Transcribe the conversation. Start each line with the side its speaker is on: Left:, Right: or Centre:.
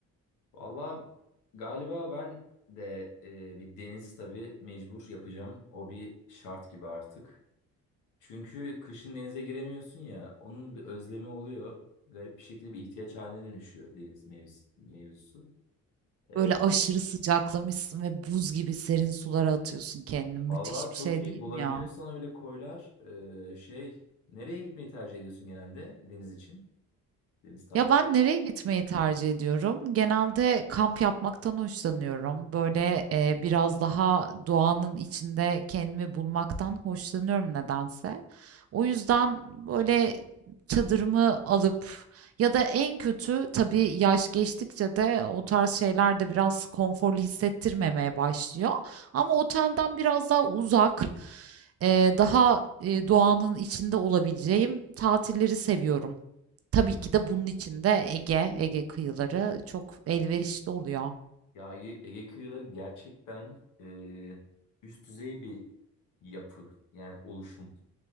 Left: Vallahi galiba ben de e, bir deniz tabii mecbur yapacağım. O bir şart gibi artık. Çünkü kışın denize giremiyorsun ya. Onun bir özlemi oluyor. Garip bir şekilde bir ihtiyaç haline dönüşüyor deniz mevz- mevzusu. E,
Right: Böyle aşırı sıcaklamışsın ve buz gibi serin sulara atıyorsun kendini. Müthiş
Left: Vallahi
Right: bir
Left: çok
Right: şey
Left: iyi.
Right: değil
Left: Bulabiliyorsan
Right: mi ya?
Left: öyle koylar. Ee, şey, nereye gitmeyi tercih ediyorsun genelde deniz için? Deniz tatili.
Right: Ya ben nereye gitmeyi tercih ediyorum? Genelde kamp yapmaktan hoşlanıyorum. Böyle e, biraz daha doğanın içinde kendimi bulmaktan hoşlanıyorum nedense. O yüzden böyle çadırımı alıp ya da en kötü tabii yaş geçtikçe de o tarz şeyler de biraz konforlu hissettirmemeye başlıyor. Ama otelden biraz daha uzak, e, daha e, doğanın içinde olabileceğim tatilleri seviyorum. Tabii
Left: Hmm.
Right: ki de bunun içinde Ege, Ege kıyıları çok elverişli oluyor.
Left: Ya Ege, Ege kıyıları gerçekten e, üst düzey bir yapı. Yani oluşum.